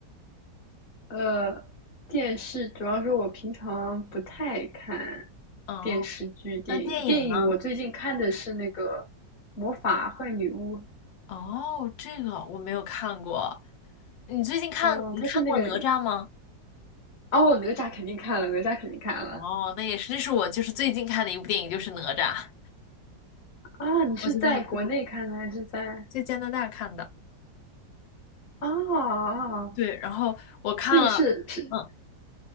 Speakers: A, on the left (about 40°); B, on the left (about 80°).
A: <laughs> 呃，电视主要是我平常不太看
B: 哦，
A: 电视剧、电影。
B: 那电影呢？
A: 电影我最近看的是那个《魔法坏女巫》，
B: 哦，这个我没有看过。你最近看你看过哪吒吗？
A: 哦，它是那个哦，哪吒肯定看了，哪吒肯定看了
B: 哦，那也是，这是我就是最近看的一部电影，就是哪吒。
A: 啊！你是在国内看的还是在
B: 我就没有看过，在加拿大看的。
A: 啊？啊啊
B: 对，然后我看了，
A: 那个是是
B: 嗯，